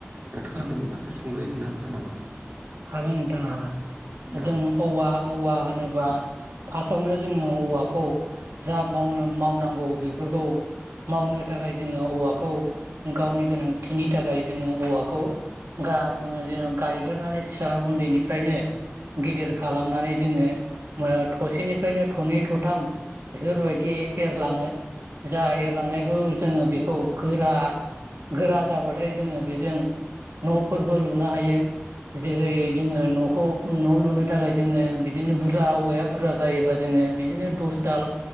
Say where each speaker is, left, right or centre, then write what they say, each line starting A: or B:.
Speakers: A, on the right; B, on the right.
A: नोंथाङा
B: ओं
A: बेनि बागै सुंद'यै होनो हागोन नामा
B: हागोन नोंथां हागोन
A: औ
B: जों औवा औवा होनोबा फार्स्टआवनो जोङो औवाखौ जा मावनो मावनांगौ बेफोरखौ मावनो थाखाय जोङो औवाखौ गावनि गोनांथिनि थाखाय जोङो औवाखौ जोङो गायगोरोनानै फिसा उन्दैनिफ्रायनो गिदिर खालामनानै जोङो थसेनिफ्रायनो थनै थथाम बेफोरबायदि एरलाङो जा एरलांनायखौ जोङो बेखौ गोरा गोरा जाबाथाय जोङो बेजों न'फोरबो लुनो हायो जेरै जोङो नखौ न लुनो थाखाय जोङो बिदिनो बुरजा औवाया बुरजा जायोबा जोङो बिदिनो दस दाल